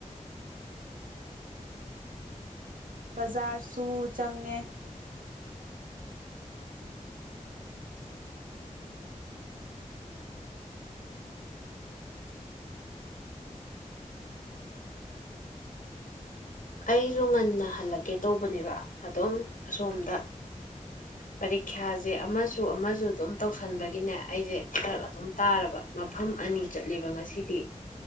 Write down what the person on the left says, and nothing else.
ꯑꯩꯖꯨ ꯉꯟꯅ ꯍꯜꯂꯛꯀꯦ ꯇꯧꯕꯅꯦꯕ ꯑꯗꯨꯝ ꯑꯁꯣꯝꯗꯥ
ꯄꯔꯤꯈ꯭ꯌꯥꯖꯦ ꯑꯃꯁꯨ ꯑꯃꯖꯨ ꯑꯗꯨꯝ ꯇꯧꯁꯟꯕꯒꯤꯅꯦ ꯑꯩꯖꯦ ꯐꯔꯛ ꯑꯗꯨꯝ ꯇꯥꯔꯕ ꯃꯐꯝ ꯑꯅꯤ ꯆꯠꯂꯦꯕ ꯉꯁꯤꯗꯤ